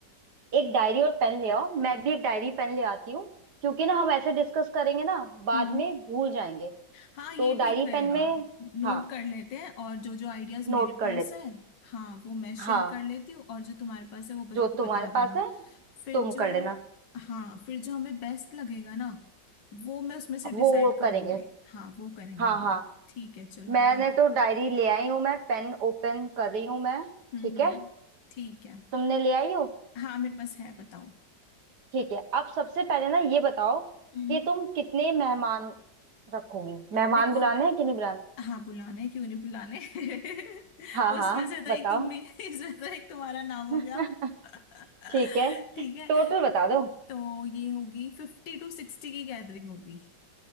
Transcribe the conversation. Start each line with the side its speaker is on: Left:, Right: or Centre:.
Right: एक डायरी और पेन ले आओ मैं भी एक डायरी पेन ले आती हूँ क्योंकि ना हम ऐसे डिस्कस करेंगे ना बाद
Left: हम्म
Right: में भूल जाएंगे
Left: हाँ ये
Right: तो
Left: ठीक
Right: डायरी
Left: रहेगा
Right: पेन में
Left: नोट
Right: हाँ
Left: कर लेते हैं और जो जो आइडियाज मेरे
Right: नोट
Left: पास
Right: कर लेते
Left: है हाँ वो मैं शेयर
Right: हाँ
Left: कर लेती हूँ और जो तुम्हारे पास है वो बस
Right: जो तुम्हारे
Left: बता देना
Right: पास है
Left: फिर
Right: तुम
Left: जो
Right: कर लेना
Left: हाँ फिर जो हमें बेस्ट लगेगा ना वो मैं उसमें से डिसाइड
Right: वो
Left: कर
Right: करेंगे
Left: लूंगी हाँ वो करेंगे
Right: हाँ
Left: हम
Right: हाँ
Left: लोग ठीक है चलो बताओ
Right: मैंने तो डायरी ले आई हूं मैं पेन ओपन कर रही हूं मैं
Left: हम्म
Right: ठीक
Left: हम्म
Right: है
Left: ठीक है
Right: तुमने ले आई हो
Left: हाँ मेरे पास है बताओ
Right: ठीक है अब सबसे पहले ना ये बताओ
Left: हम्म
Right: कि तुम कितने मेहमान रखोगी मेहमान
Left: देखो
Right: बुलाने हैं कि नहीं बुलाने
Left: हाँ बुलाने हैं, क्यों नहीं बुलाने <laughs>
Right: हाँ हाँ
Left: उसमें से तो
Right: बताओ
Left: एक तुम भी <laughs> इसमें तो एक तुम्हारा नाम हो
Right: <laughs>
Left: गया <laughs>
Right: ठीक है
Left: ठीक
Right: टोटल
Left: है
Right: बता दो
Left: तो ये होगी फिफ्टी टू सिक्सटी की गैदरिंग होगी